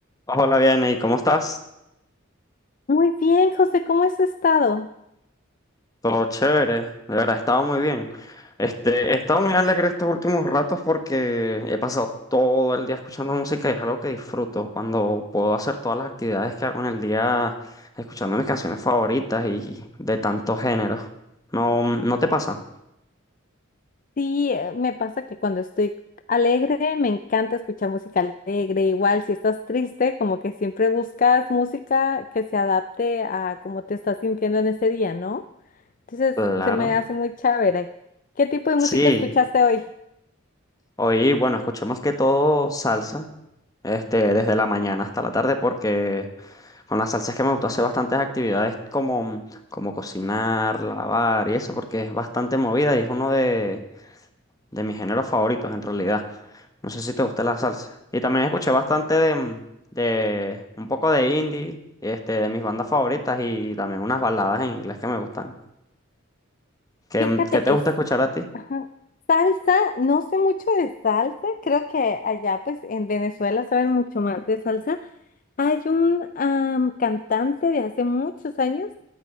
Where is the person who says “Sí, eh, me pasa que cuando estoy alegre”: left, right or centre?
Left